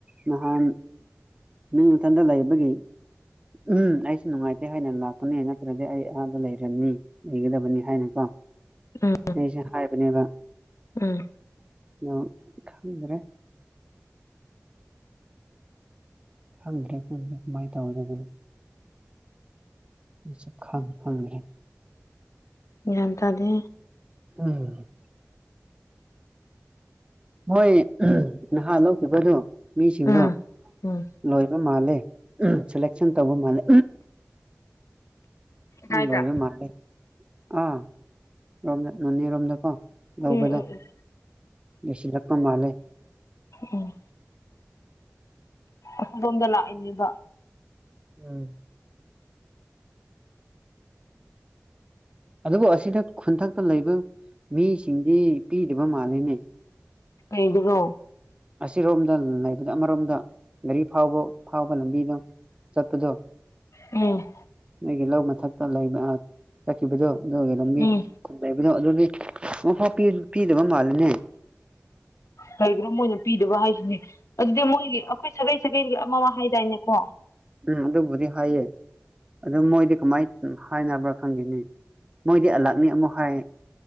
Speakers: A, on the right; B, on the left.
A: ꯅꯍꯥꯟ꯫ ꯅꯪ ꯅꯊꯟꯗ ꯂꯩꯕꯒꯤ꯫ ꯎꯝ ꯑꯩꯁꯨ ꯅꯨꯡꯉꯥꯏꯇꯦ ꯍꯥꯏꯅ ꯂꯥꯛꯄꯅꯦ ꯅꯠꯇ꯭ꯔꯗꯤ ꯑꯩ ꯑꯗ ꯂꯩꯔꯝꯅꯤ꯫ ꯂꯩꯒꯗꯕꯅꯤ ꯍꯥꯏꯅꯀꯣ꯫
B: ꯎꯝ
A: ꯑꯩꯁꯦ ꯍꯥꯏꯕꯅꯦꯕ
B: ꯎꯝ
A: ꯑꯗꯨ ꯈꯪꯗ꯭ꯔꯦ꯫ ꯈꯪꯗ‍꯭ꯔꯦ ꯈꯪꯗꯦ ꯀꯃꯥꯏꯅ ꯇꯧꯒꯗꯕꯅꯣ ꯑꯩꯁꯨ ꯈꯪ ꯈꯪꯗ꯭ꯔꯦ꯫
B: ꯒꯤꯌꯥꯟ ꯇꯥꯗꯦ꯫
A: ꯎꯝ ꯍꯣꯏ ꯅꯍꯥꯟ ꯂꯧꯈꯤꯕꯗꯣ ꯃꯤꯁꯤꯡꯗꯣ
B: ꯎꯝ ꯎꯝ
A: ꯂꯣꯏꯕ ꯃꯥꯂꯦ ꯁꯦꯂꯦꯛꯁꯟ ꯇꯧꯕ ꯃꯥꯜꯂꯦ ꯃꫭꯏ
B: ꯀꯗꯥꯏꯗ
A: ꯂꯣꯏꯔ ꯃꯥꯜꯂꯦ ꯑ ꯔꯣꯝꯗ ꯅꯣꯅꯦꯔꯣꯝꯗꯀꯣ ꯂꯧꯕꯗꯣ
B: ꯎꯝ ꯎꯝ ꯎꯝ
A: ꯂꯣꯏꯁꯤꯜꯂꯛꯄ ꯃꯥꯜꯂꯦ
B: ꯎꯝ ꯑꯗꫭꯝꯗ ꯂꯥꯛꯏꯅꯦꯕ
A: ꯎꯝ ꯑꯗꯨꯕꯨ ꯑꯁꯤꯗ ꯈꯨꯟꯊꯛꯇ ꯂꯩꯕ ꯃꯤꯁꯤꯡꯗꯤ ꯄꯤꯗꯕ ꯃꯥꯜꯂꯤꯅꯦ
B: ꯀꯩꯒꯤꯅꯣ
A: ꯑꯁꯤꯔꯣꯝꯗ ꯂꯩꯕꯗ ꯑꯃꯔꯣꯝꯗ ꯒꯥꯔꯤ ꯐꯥꯎꯕ ꯐꯥꯎꯕ ꯂꯝꯕꯤꯗꯣ ꯆꯠꯄꯗꯣ
B: ꯎꯝ
A: ꯅꯣꯏꯒꯤ ꯂꯧ ꯃꯊꯛꯇ ꯂꯩꯕ ꯆꯠꯈꯤꯕꯗꯨ ꯑꯗꯨꯒꯤ ꯂꯝꯕꯤ
B: ꯎꯝ
A: ꯈꯨꯟ ꯂꯩꯕꯗꯣ ꯑꯗꯨꯗꯤ ꯑꯃꯨꯛꯐꯥꯎ ꯄꯤ ꯄꯤꯗꯕ ꯃꯥꯜꯂꯤꯅꯦ
B: ꯀꯩꯒꯤꯅꫭ ꯃꯣꯏꯅ ꯄꯤꯗꯕ ꯍꯥꯏꯁꯤꯅꯦ ꯑꯗꯨꯗꯤ ꯃꯣꯏꯒꯤ ꯑꯩꯈꯣꯏ ꯁꯥꯒꯩ ꯁꯥꯒꯩꯒꯤ ꯑꯃ ꯑꯃ ꯍꯥꯏꯗꯥꯏꯅꯦꯀꯣ
A: ꯎꯝ ꯑꯗꯨꯕꯨꯗꯤ ꯍꯥꯏꯌꯦ ꯑꯗꯨ ꯃꯣꯏꯗꯤ ꯀꯃꯥꯏꯅ ꯍꯥꯏꯅꯕ꯭ꯔꯥ ꯈꯪꯗꯦꯅꯦ ꯃꯣꯏꯗꯤ ꯑꯜꯂꯛꯅꯤ ꯑꯃꯨꯛ ꯍꯥꯏ